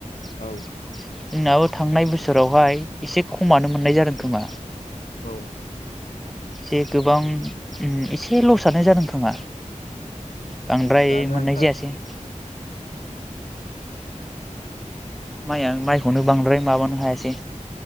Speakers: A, in the centre; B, on the left.
A: जोंनाबो
B: औ
A: थांनाय बोसोरावहाय एसे खमानो मोननाय जादों खोमा
B: औ
A: जे गोबां ओ एसे लस जानाय जादों खोमा बांद्राय
B: जानो
A: मोननाय
B: आन्था
A: जायासै <inaudible> माइआ माइखौनो बांद्राय माबानो हायासै